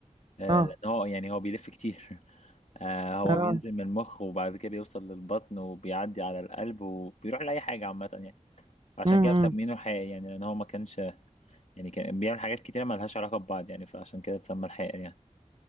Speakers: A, on the left; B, on the right.
A: آه
B: أه
A: لان هو يعني هو بيلف كتير <laughs> آه هو
B: أه
A: بينزل من المخ وبعد كده بيوصل للبطن وبيعدي على القلب وبيروح لأي حاجة عامة يعني عشان
B: امم
A: كده مسمينه الحائر يعني لان هو ما كانش يعني كان بيعمل حاجات كتيرة مالهاش علاقة ببعض يعني فعشان كده اتسمى الحائر يعني